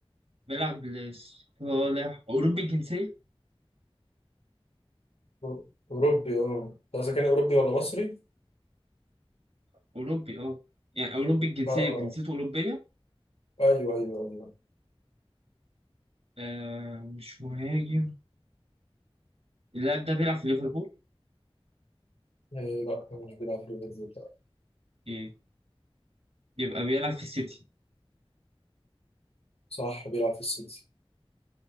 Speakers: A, on the right; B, on the left.
A: بيلعب لصالح اوروبي الجنسيه
B: أو- أوروبي اه أنت قصدك كان أوروبي ولا مصري؟
A: اوروبي اه يعني اوروبي الجنسيه
B: اه
A: جنسيته اوروبيه
B: اه أيوه أيوه أيوه
A: آه مش مهاجم اللاعب ده بيلعب في ليفربول
B: إيه لا هو مش بيلعب في ليفربول لا.
A: إيه. يبقى بيلعب في السيتي
B: صح بيلعب في السيتي